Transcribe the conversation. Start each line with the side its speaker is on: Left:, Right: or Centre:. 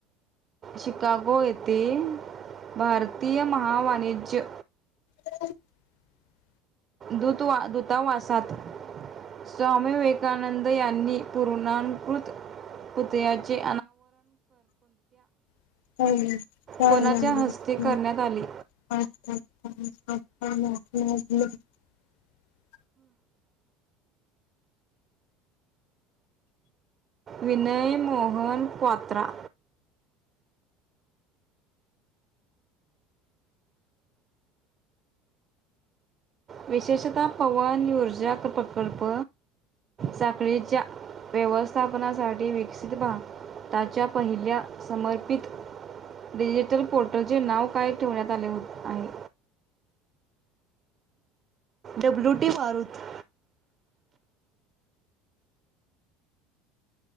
Right: शिकागो येथे भारतीय महा वाणिज्य
Left: <inaudible>
Right: दूतवा दूतावासात स्वामी विवेकानंद यांनी पूर्णांकृत पुतळ्याचे
Left: <unintelligible>
Right: कोणाच्या हस्ते करण्यात आले
Left: <unintelligible>
Right: विनय मोहन क्वात्रा विशेषतः पवन ऊर्जा प्रकल्प साखळीच्या व्यवस्थापनासाठी विकसित भारताच्या पहिल्या समर्पित डिजिटल पोर्टलचे नाव काय ठेवण्यात आले हो आहे? डब्ल्यू टी मारुत